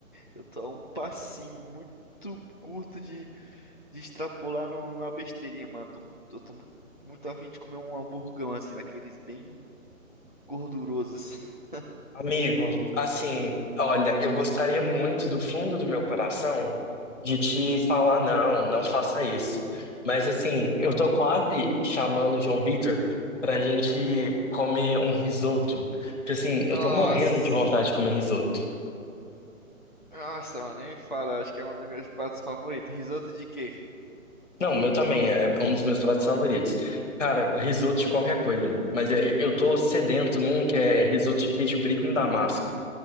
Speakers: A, on the left; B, on the left.
A: eu tô a um passinho muito curto de de extrapolar no, numa besteirinha, mano. Eu tô, mu- eu tô mu- muito afim de comer um hamburgão, assim, daqueles bem gordurosos. assim.
B: Amigo, assim, olha, eu gostaria muito do fundo do meu coração de te falar não, não faça isso. Mas assim, eu tô quase chamando o João Vitor pra gente comer um risoto, porque assim, eu
A: <laughs> Nossa!
B: tô morrendo de vontade de comer risoto.
A: Nossa, mano, nem fala. Acho que é um dos meus pratos favoritos. Risoto de quê?
B: Não, o meu também é um dos meus pratos favoritos. Cara, risoto de qualquer coisa, mas eu eu tô sedento num que é risoto de queijo brie com damasco.